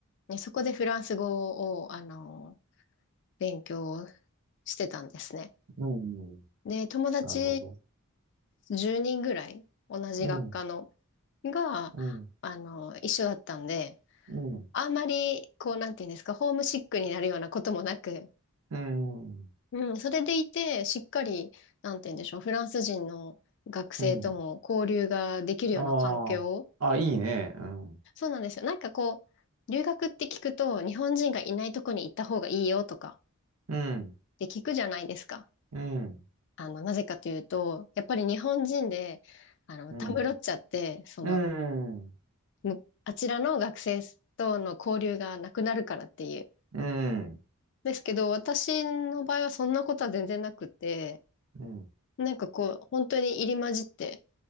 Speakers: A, on the left; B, on the right.
A: ね、そこでフランス語を、あの、勉強してたんですね。
B: うん、
A: で、友達
B: なるほど。
A: 10人ぐらい、同じ学科の、
B: うん、
A: が、
B: うん、
A: あの、一緒だったんで、
B: うん、
A: あんまり、こう、なんていうんですか、ホームシックになるようなこともなく、
B: うん、
A: うん、それでいて、しっかり、なんていうんでしょう、フランス人の学生とも交流ができるような環境。
B: うん。ああ、あ、いいね。うん、
A: そうなんですよ。なんかこう、留学って聞くと、日本人がいないとこに行った方がいいよとか、
B: うん、
A: って聞くじゃないですか。
B: うん、
A: あの、なぜかというと、やっぱり日本人で、あの、
B: うん、
A: たむろっちゃって、その、
B: うん、
A: むあちらの学生との交流がなくなるからっていう。
B: うん、
A: ですけど、私の場合はそんなことは全然なくて、
B: うん、
A: なんかこう、本当に入り混じって、